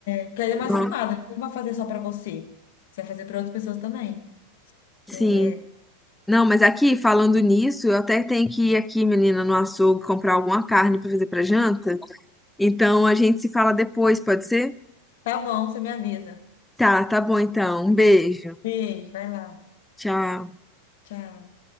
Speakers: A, on the left (about 65°); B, in the centre.
A: porque aí é mais
B: Nossa,
A: animada, né? Você não vai fazer só pra você. Você vai fazer pra outras pessoas também.
B: Sim.
A: É,
B: Não, mas aqui, falando nisso, eu até tenho que ir aqui, menina, no açougue comprar alguma carne pra fazer pra janta. Então a gente se fala depois, pode ser?
A: Tá bom, você me avisa.
B: Tá, tá bom então. Um beijo.
A: Beijo, vai lá.
B: Tchau.
A: Tchau.